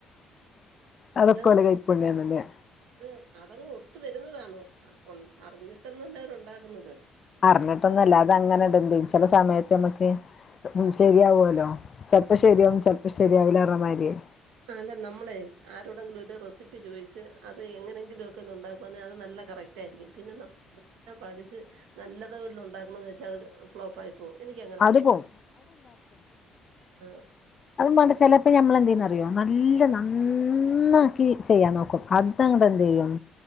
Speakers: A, on the left; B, on the right.
A: അതൊക്കെഓലെ
B: അതങ്ങ്
A: കൈപ്പുണ്യാണല്ലോ
B: അത് അതങ്ങ് ഒത്തു വരുന്നതാണ് അം ഒൺ അറിഞ്ഞിട്ടൊന്നുവല്ല അവരൊണ്ടാക്കുന്നത്
A: അറിഞ്ഞിട്ടൊന്നല്ലാതങ്ങനെടെന്ത് ചെല സമയത്ത് നമ്മ തേ ഉം ശെരിയാവുലോ ചെൽപ്പം ശരിയാവും ചെൽപ്പം ശരിയാവില്ലേറമാരിയേ
B: ആ അല്ലെ നമ്മളെ ആരോടെങ്കിലും ഒരു റെസിപ്പി ചോയ്ച്ച് അത് എങ്ങനെങ്കിലും ഒക്കെ ഒന്നൊണ്ടാക്കുവാന്നെ അത് നല്ല കറക്റ്റ് റ്റാരിക്കും പിന്നെ ന <unintelligible> നല്ല പഠിച്ച് നല്ലതോഴിലൊണ്ടാക്കണമെന്ന്വച്ചാ അതൊരു ഫ്ലോപ്പ് ആയി പോവ് എനിക്കങ്ങനെപോലാ
A: അത് പോവും
B: ഹ
A: അതുംബേണ്ട ചെലപ്പെ ഞമ്മളെന്തെയ്യ്ന്നറി ന്നറിയോ നല്ല നന്നാക്കി ചെയ്യാൻ നോക്കും അതങ്ങട്ടെന്ത് ചെയ്യും